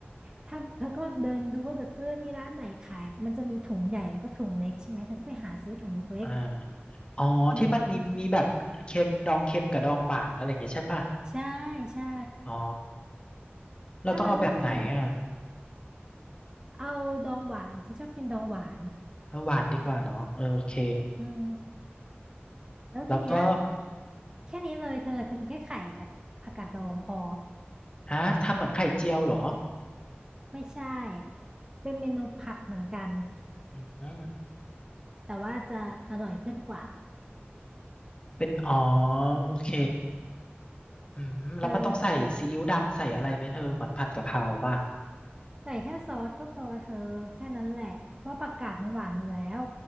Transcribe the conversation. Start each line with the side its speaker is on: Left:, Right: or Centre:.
Right: ถ้าเธอก็เดินดูว่าแบบเออมีร้านไหนขายมันจะมีถุงใหญ่แล้วก็ถุงเล็กใช่ไหมเธอก็ไปหาซื้อถุงเล็ก
Left: อ่าอ๋อที่มันมีมีแบบเค็มดองเค็มกับดองหวานอะไรอย่างเงี้ยใช่ป่ะ
Right: ๆอืมใช่ใช่
Left: อ๋อเราต้องเอาแบบไหนอ่ะ
Right: ถ้ามันไม่มีอ่ะเอาดองหวานฉันชอบกินดองหวาน
Left: เอาหวานดีกว่าเนาะเออโอเค
Right: อืมแล้วทีเนี้ย
Left: แล้วก็
Right: แค่นี้เลยเธอเธอมีแค่ไข่กับผักกาดดองพอ
Left: ฮะทำเหมือนไข่เจียวเหรอ
Right: ไม่ใช่เป็นเมนูผัดเหมือนกัน
Left: อืม
Right: แต่ว่าจะอร่อยขึ้นกว่า
Left: เป็นอ๋อโอเคอืมแล้วมันต้องใส่ซีอิ๊วดำใส่อะไรไหมเธอเหมือนผัดกะเพราป่ะ
Right: เออใส่แค่ซอสก็พอเธอแค่นั้นแหละเพราะผักกาดมันหวานอยู่แล้ว